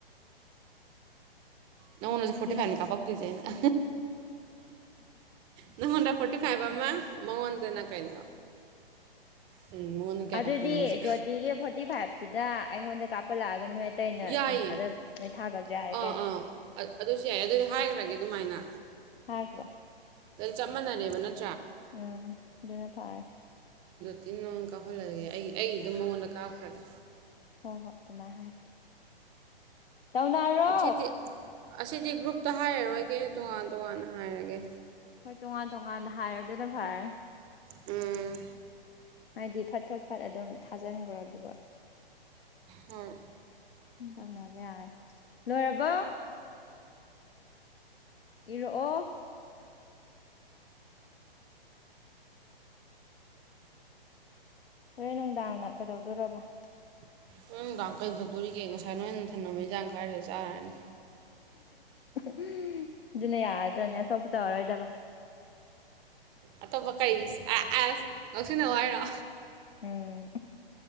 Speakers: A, on the right; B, on the left.
A: ꯅ ꯎꯅꯖꯤ ꯐꯣꯔꯇꯤ
B: ꯌꯦꯡꯉꯣ
A: ꯐꯥꯏꯅꯦ ꯀꯥꯡꯄ ꯇ꯭ꯔꯤꯁꯦ ꯑꯩꯅꯥ ꯑ ꯅ ꯍꯟꯗ꯭ꯔꯦ ꯐꯣꯔꯇꯤ ꯐꯥꯏꯚ ꯑꯃ ꯃꯉꯣꯟꯗꯅ ꯀꯩꯅꯣ ꯎꯝ, ꯃꯉꯣꯟꯗ ꯀꯌꯥ
B: ꯑꯗꯨꯗꯤ
A: ꯀꯥꯞꯇꯣꯏꯅꯣ ꯑꯩꯁꯦ
B: ꯖꯣꯇꯤꯒꯤ ꯐꯣꯔꯇꯤ ꯐꯥꯏꯚꯇꯨꯗ ꯑꯩꯉꯣꯟꯗ ꯀꯞꯄ ꯂꯥꯒ ꯑꯇꯩꯩꯅ
A: ꯌꯥꯏꯌꯦ
B: ꯏꯟꯁꯥꯗ ꯅꯣꯏ ꯊꯥꯈ꯭ꯔꯁꯨ ꯌꯥꯔꯦ
A: ꯑꯥ
B: ꯀꯩꯅꯣ
A: ꯑꯥ ꯑ- ꯑꯗꯨꯁꯨ ꯌꯥꯏ ꯑꯗꯨꯗꯤ ꯍꯥꯏꯈ꯭ꯔꯒꯦ ꯑꯗꯨꯃꯥꯏꯅ
B: ꯍꯥꯏ꯭ꯔꯣ
A: ꯆꯞ ꯃꯥꯟꯅꯔꯦꯕ ꯅꯠꯇ
B: ꯎꯝ ꯑꯗꯨꯅ ꯐꯥꯔꯠ
A: ꯇꯉ ꯀꯥꯞꯍꯜꯂꯒꯦ ꯑꯩ ꯑꯩꯗꯤ ꯑꯗꯨꯝ ꯃꯉꯣꯟꯗ ꯀꯥꯞꯈ꯭ꯔꯒꯦ
B: ꯍꯣꯏ ꯍꯣꯏ ꯇꯃ ꯍꯥꯏ ꯇꯧꯅꯔꯣ
A: ꯁꯤꯗꯤ ꯑꯁꯤꯗꯤ ꯒ꯭ꯔꯨꯞꯇ ꯍꯥꯏꯔꯔꯣꯏꯒꯦ ꯇꯣꯉꯥꯟ ꯇꯣꯉꯥꯟꯅ ꯍꯥꯏꯔꯒꯦ
B: ꯍꯣꯏ ꯇꯣꯉꯥꯟ ꯇꯣꯉꯥꯟꯅ ꯍꯥꯏꯔ ꯑꯗꯨꯣꯏꯅ ꯐꯔꯦ
A: ꯎꯝ
B: ꯍꯥꯏꯗꯤ ꯐꯠ ꯐꯠ ꯐꯠ ꯑꯗꯨꯝ ꯊꯥꯖꯤꯟꯈ꯭ꯔꯣ ꯑꯗꯨꯒ
A: ꯍ <unintelligible>
B: ꯇꯧꯅꯕ ꯌꯥꯔꯦ ꯂꯣꯏꯔꯕꯣ ꯏꯔꯛꯑꯣ ꯍꯣꯔꯦꯟ ꯅꯨꯡꯗꯥꯡꯅ ꯀꯩꯗꯧꯗꯔꯕ
A: ꯅ ꯅꯨꯡꯗꯥꯡ ꯀꯩ ꯇꯧꯗꯣꯔꯤꯒꯦ ꯉꯁꯥꯏ ꯅꯣꯏꯅ ꯊꯟꯅꯅꯕꯩꯖꯥꯡ ꯈꯥꯏꯔꯦ ꯆꯥꯔꯅꯤ
B: ꯎꯝ ꯑꯗꯨꯅ ꯌꯥꯔꯗ꯭ꯔꯅꯦ ꯑꯇꯣꯞꯄ ꯇꯧꯔꯔꯣꯏꯗꯕ
A: ꯑꯇꯣꯞꯄ ꯀꯩ ꯑ ꯑꯁ ꯉꯧꯁꯤꯟꯅ ꯍꯥꯏꯔꯣ
B: ꯎꯝ